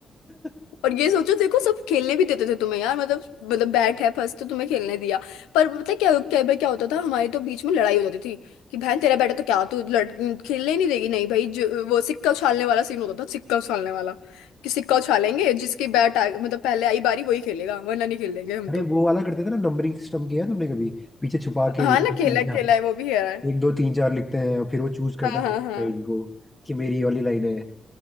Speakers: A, on the left; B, on the left.
A: <laughs>
B: और ये सोचो देखो सब खेलने भी देते थे तुम्हें यार मतलब मतलब बैट है फर्स्ट तो तुम्हें खेलने दिया पर पता है क्या क्या भाई क्या होता था हमारी तो बीच में लड़ाई हो जाती थी कि बहन तेरा बैट है तो क्या तू लड़ खेलने ही नहीं देगी नहीं भाई जो वो सिक्का उछालने वाला सीन होता था सिक्का उछालने वाला कि सिक्का उछालेंगे जिसकी बैट आ मतलब पहले आई बारी वही खेलेगा वरना नहीं खेलेंगे हम
A: अरे
B: तो
A: वो वाला करते थे ना नंबरिंग सिस्टम किया है तुमने कभी पीछे छुपा के
B: हाँ
A: एक
B: ना
A: दो तीन
B: खेला
A: चार
B: है, खेला है वो भी है
A: एक दो तीन चार लिखते हैं और फिर वो चूज करता
B: हाँ हाँ
A: है लाइन
B: हाँ
A: को कि मेरी ये वाली लाइन है